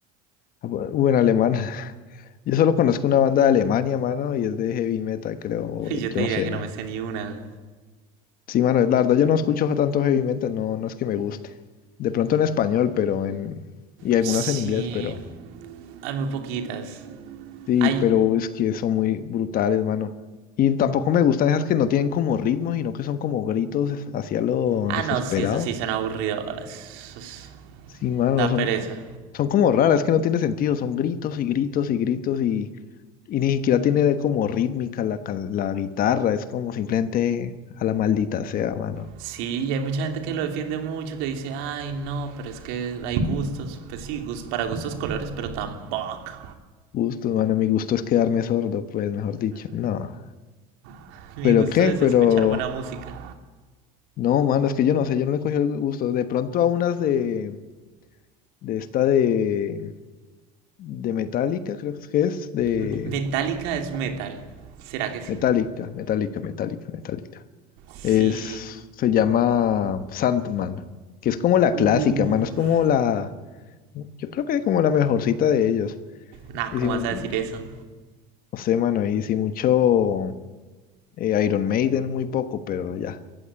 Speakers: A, on the left; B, on the right.
A: Japo- o en alemán. Yo solo conozco una banda de Alemania, mano, y es de heavy metal, creo.
B: <laughs> Yo
A: Yo
B: te diría
A: no sé,
B: que
A: mano.
B: no me sé ni una.
A: Sí, mano, la verdad yo no escucho tanto heavy metal, no, no es que me guste. De pronto en español, pero en... Y algunas
B: Sí,
A: en inglés, pero...
B: Hay muy poquitas.
A: Sí,
B: Hay.
A: pero es que son muy brutales, mano. Y tampoco me gustan esas que no tienen como ritmo, sino que son como gritos hacia lo
B: Ah,
A: desesperado.
B: no, sí, eso sí son aburridoras. Eso es-
A: Sí, mano,
B: Da
A: no son,
B: pereza.
A: son como raras, es que no tiene sentido, son gritos y gritos y gritos y, y ni siquiera tiene como rítmica la, ca- la guitarra, es como simplemente a la maldita sea, mano.
B: Sí, y hay mucha gente que lo defiende mucho, que dice, ay, no, pero es que hay gustos. Pues sí, gust para gustos colores, pero tampoco.
A: Gusto, mano, mi gusto es quedarme sordo, pues mejor dicho, no.
B: <laughs> Mi
A: ¿Pero
B: gusto
A: qué?
B: es
A: Pero
B: escuchar buena música.
A: no, mano, es que yo no sé, yo no le cogí el gusto. De pronto a unas de, de esta de, de Metallica, creo que es, de
B: M- Metallica es metal. ¿Será que sí?
A: Metallica, Metallica, Metallica, Metallica.
B: Sí.
A: Es, se llama Sandman, que es como la clásica,
B: Uff.
A: mano. Es como la, yo creo que es como la mejorcita de ellos.
B: Nah,
A: Y
B: ¿cómo
A: si, mu-
B: vas a decir eso?
A: no sé, mano, y si mucho eh, Iron Maiden, muy poco, pero ya.